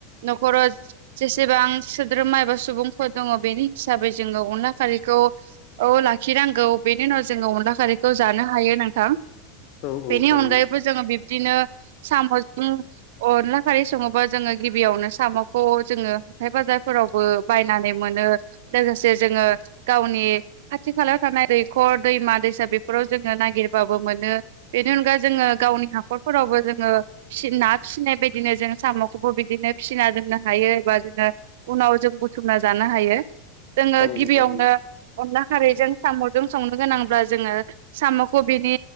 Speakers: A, on the right; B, on the left.
A: न'खराव जेसेबां सोद्रोमा एबा सुबुंफोर दङ बेनि हिसाबै जोङो अनला फारिखौ औ ला -खिनांगौ बेनि उनाव जोङो अनला खारैखौ जानो हायो नोंथां। बेनि
B: औ औ थारैनो
A: अनगायैबो जोङो बिब्दिनो साम'जों अनला खारै सङोबा जोङो गिबियावनो साम'खौ जोङो हखाइ बाजारफोरावबो बायनानै मोनो। लोगोसे जोङो गावनि खाथि खालायाव थानाय दैखर दैमा- दैसा बेफोराव जों नागिरबाबो मोनो बेनि अना जोङो गावनि हाखरफोराव जोङो फिसि-ना फिसिनाय बायदिनो जों साम'खौबो बिदिनो फिसिना दोननो हायो एबा जोङो उनाव जों बुथुमना जानो हायो जोङो
B: थारैनो
A: गिबियावनो
B: थारैनो
A: अनला खारैजों साम'जों संनो गोनांब्ला जोङो साम'खौ बिनि